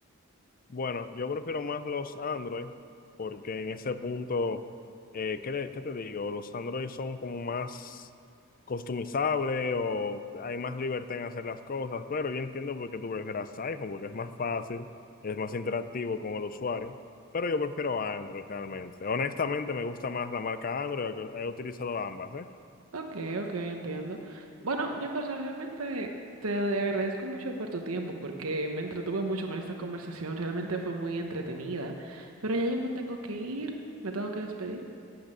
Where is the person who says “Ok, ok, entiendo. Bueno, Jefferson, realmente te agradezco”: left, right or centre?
Right